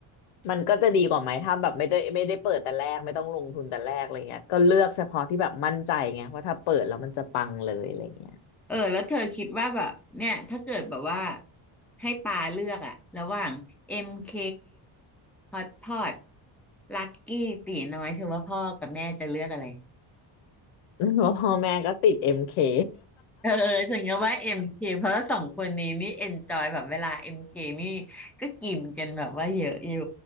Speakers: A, on the left (about 80°); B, in the centre.
A: มันก็จะดีกว่าไหมถ้าแบบไม่ได้ไม่ได้เปิดแต่แรกไม่ต้องลงทุนแต่แรกอะไรเงี้ยก็เลือกเฉพาะที่แบบมั่นใจไงว่าถ้าเปิดแล้วมันจะปังเลยอะไรเงี้ย
B: เออแล้วเธอคิดว่าแบบเนี่ยถ้าเกิดแบบว่าให้ปาเลือกอะระหว่าง MK Hot Pot Lucky ตีน้อยเธอว่าพ่อกับแม่จะเลือกอะไร
A: เพราะพ่อแม่ก็ติดเอ็มเค <laughs>
B: เออฉันก็ว่า MK เคเพราะสองคนนี้นี่ enjoy แบบเวลา MK นี่ก็กินกันแบบว่าเยอะอยู่